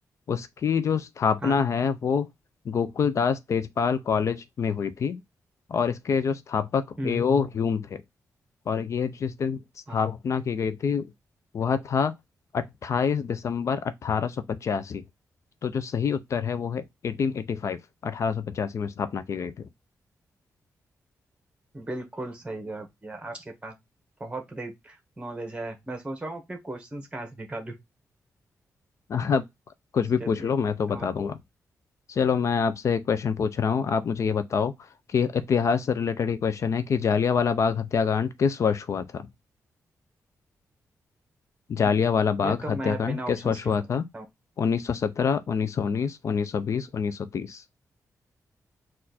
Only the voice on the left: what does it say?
उसकी जो स्थापना
है वो गोकुल दास तेजपाल कॉलेज में हुई थी और इसके जो स्थापक
एओ ह्यूम थे और यह जिस दिन स्थापना
की गई थी वह था 28 दिसंबर 1885 तो जो सही उत्तर है वो है 1885 1885 में स्थापना की गई थी
आप कुछ
भी पूछ लो मैं तो बता
दूंगा चलो मैं आपसे एक क्वेश्चन पूछ रहा हूँ आप मुझे ये बताओ कि इतिहास से रिलेटेड ही क्वेश्चन है कि जालियांवाला बाग हत्याकांड किस वर्ष हुआ था जालियांवाला
बाग
हत्याकांड
किस
वर्ष
हुआ
था 1917 1919 1920 1930